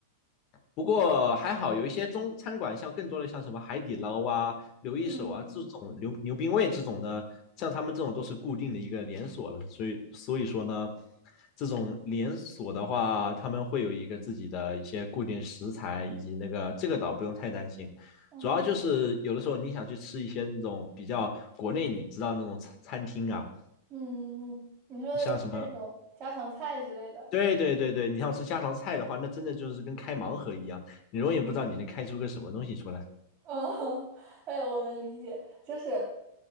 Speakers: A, on the left; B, on the right.
A: 不过还好，有一些中餐馆，像更多的像什么海底捞啊、刘一手啊这种牛牛冰味这种的，
B: 嗯嗯
A: 像他们这种都是固定的一个连锁了，所以所以说呢，这种连锁的话，他们会有一个自己的一些固定食材，以及那个这个倒不用太担心，
B: 嗯
A: 主要就是有的时候你想去吃一些那种比较国内你知道那种餐餐厅啊，
B: 嗯嗯，你说的是那种家常菜之类的。
A: 像什么。对对对对，你要吃家常菜的话，那真的就是跟开盲盒一样，你永远不知道你能开出个什么东西出来。
B: 哦，<laughs> 哎，我能理解，就是